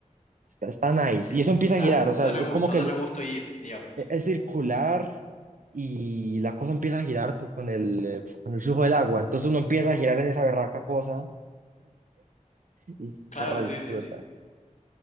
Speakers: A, on the right; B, on the left.
A: está, está nice.
B: Sí,
A: Y
B: sí,
A: eso empieza
B: sí, claro.
A: a girar, o sea,
B: Dan
A: es
B: a gusto,
A: como que
B: dan
A: el-
B: a gusto ir, digamos.
A: es circular y la cosa empieza a girar co- con, el, eh, con el flujo del agua. Entonces uno empieza a girar en esa berraca cosa y se
B: Claro,
A: redisfruta.
B: sí, sí, sí.